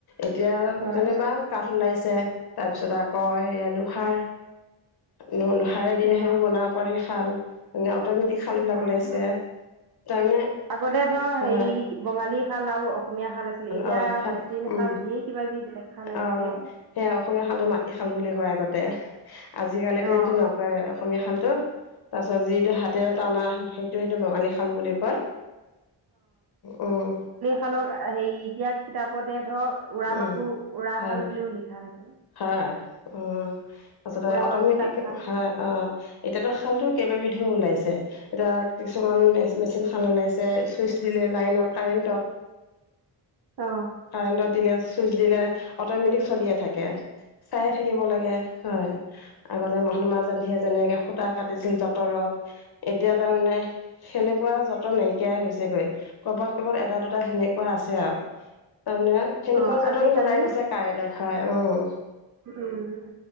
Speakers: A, on the left; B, on the right.
A: এতিয়া
B: হয়
A: যেনিবা কাঠ ওলাইছে তাৰপিছত আকৌ হেৰি আ লোহাৰ লোহাৰে দিয়ে
B: অ
A: সেয়ো বনাব পাৰি শাল এ অটমেটিক শাল বিলাক
B: অ
A: ওলাইছে। তাৰমানে
B: আগতে ধৰ
A: হয়
B: হেৰি বঙালী শাল আৰু অসমীয়া শাল আছিলে এতিয়া
A: অ সেয়াত
B: মেচিন
A: উম
B: শাল ধেৰ কিবা কিবি বেলেগ শাল আহিছে।
A: অ সেয়া অসমীয়া শালটো মাটিশাল বুলি কয় আগতে আজিকালিতো
B: অঁ
A: এইটো কয় অসমীয়া শালতো তাৰপিছত যি এইটো হাতে টানা সেইটো সেইটো বাঙালী শাল বুলি কয় উম
B: শালক হেৰি এতিয়া কিতাপতে ধৰক উৰা
A: উম
B: মাকুৰ উৰাশাল
A: হয়
B: বুলিও লিখা থাকে।
A: হয় উম তাৰপিছত
B: উৰা
A: অটমেটিক
B: মাকো তাঁতশাল
A: হয় অ' এতিয়াতো শালতো কেইবাবিধও ওলাইছে এতিয়া কিছুমান মে মেচিন শাল ওলাইছে ছুইচ দিলে লাইনত কাৰেণ্টত।
B: অ
A: কাৰেণ্টত দিলে চুইচ দিলে অট'মেটিক চলিয়ে থাকে। চাইয়ে থাকিব লাগে হয়। আগতে মহাত্মা গান্ধীয়ে যেনেকে সূতা কাটিছিল যঁতৰত এতিয়া তাৰমানে সেনেকুৱা যঁতৰ নাইকিয়াই হৈছেগৈ ক'বাত ক'বাত এটা দুটা সেনেকুৱা আছে আৱ তাৰমানে সেনেকুৱা
B: অঁ
A: যঁতৰো
B: আজিকালি
A: ওলাই গৈছে কাৰেণ্টত হয় উম
B: উম